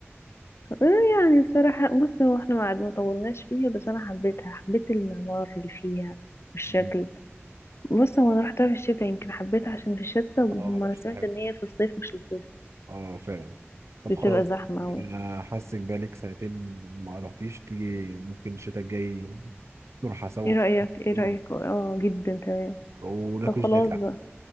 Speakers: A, on the left; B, on the right.
A: أه يعني بصراحة بص هو احنا ما قعد- ما طولناش فيها بس انا حبيتها حبيت المعمار اللي فيها والشكل
B: <laughs>
A: بص هو انا رحتها في الشتاء يمكن حبيتها عشان في الشتاء وهم
B: اه لوحتها
A: انا سمعت
B: حلوة
A: ان هي في الصيف مش لطيفة
B: اه فعلا طب
A: بتبقى
B: خلاص
A: زحمة
B: يعني
A: قوي
B: انا حاسك بقالك ساعتين ما رحتيش تيجي ممكن الشتاء الجاي نروح سوا
A: ايه رأيك ايه
B: <laughs>
A: رأيك اه جدا تمام
B: وناكل
A: طب خلاص
B: جيلاتي يا
A: بقى
B: عم